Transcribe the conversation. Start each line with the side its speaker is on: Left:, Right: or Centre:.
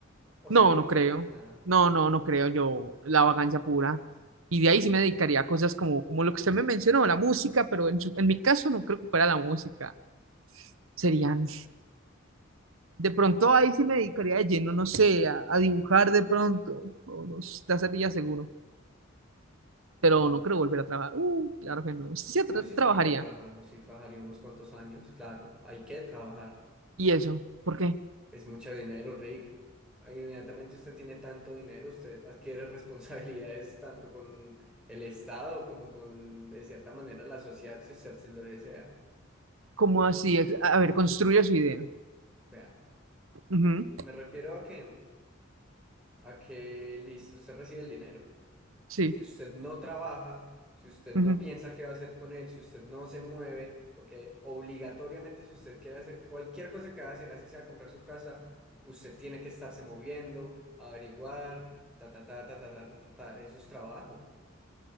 Centre: o
Right: No,
Centre: se dedicaría
Right: no creo.
Centre: a hacer nada?
Right: No, no, no creo yo la vagancia pura. Y de ahí sí me dedicaría a cosas como, como lo que usted me mencionó, la música, pero en, su- en mi caso no creo que fuera la música. Serían. De pronto ahí sí me dedicaría de lleno, no sé, a, a dibujar de pronto. No, no, ya sería seguro. Pero
Centre: Mm,
Right: no creo volver a trabajar. Uh, claro que no. Usted sí
Centre: Yo
Right: tra-
Centre: sí
Right: trabajaría.
Centre: seguiría trabajando, sí trabajaría unos cuantos años, claro, hay que trabajar.
Right: ¿Y eso? ¿Por qué?
Centre: Es mucho dinero, Rick. Inmediatamente usted tiene tanto dinero, usted adquiere <laughs> responsabilidades tanto con el Estado como con, de cierta manera, la sociedad, si usted así lo desea.
Right: ¿Cómo así? Es- A a ver, construya su idea.
Centre: Vea,
Right: Ujú,
Centre: me refiero a que a que listo, usted recibe el dinero.
Right: Sí.
Centre: Si usted no trabaja, si usted
Right: ujú.
Centre: no piensa qué va a hacer con él, si usted no se mueve, porque obligatoriamente si usted quiere hacer cualquier cosa que va a hacer, así sea comprar su casa, usted tiene que estarse moviendo, averiguar, ta, ta, ta, ta, ta, ta, ta, ta, ta, eso es trabajo.